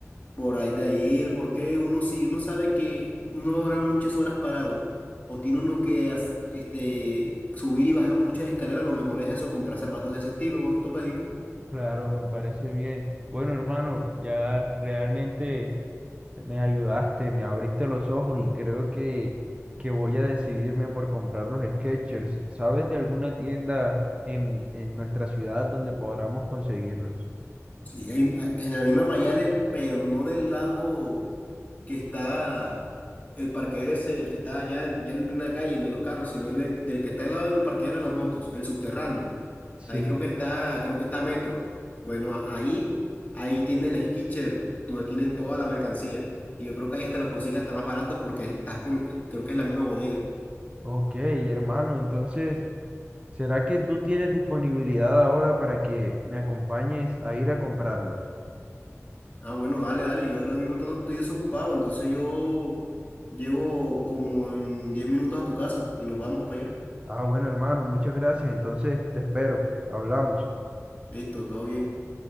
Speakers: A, on the left; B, on the right.
A: por ahí de ahí el por qué uno si uno sabe que uno va a durar muchas horas parado o tiene uno que as- este, subir y bajar muchas escaleras, lo mejor es eso, comprar zapatos de ese estilo, gorro ortopédico.
B: Claro, me parece bien. Bueno, hermano, ya realmente me ayudaste, me abriste los ojos y creo que, que voy a decidirme por comprar los Skechers. ¿Sabes de alguna tienda en, en nuestra ciudad donde podamos conseguirlos?
A: Sí, hay- hay- en la misma Mayales, pero no del lado que está el parqueadero ese, el que está ya en, ya en plena calle, el de los carros, sino el de- del que está al lado del parqueadero de las motos, el subterráneo.
B: Sí.
A: Ahí creo que está, creo que está Metro. Bueno, a- ahí, ahí tiene el skitcher donde tienen toda la mercancía. Y yo creo que ahí hasta los consigues hasta más baratos porque estás con, creo que es la misma bodega.
B: Ok, hermano, entonces, ¿será que tú tienes disponibilidad ahora para que me acompañes a ir a comprarlos?
A: Ah, bueno, dale, dale. Yo ahora mismo to- estoy desocupado, entonces yo llego como en 10 minutos a tu casa y nos vamos para allá.
B: Ah, bueno, hermano, muchas gracias. Entonces, te espero. Hablamos.
A: Listo, todo bien.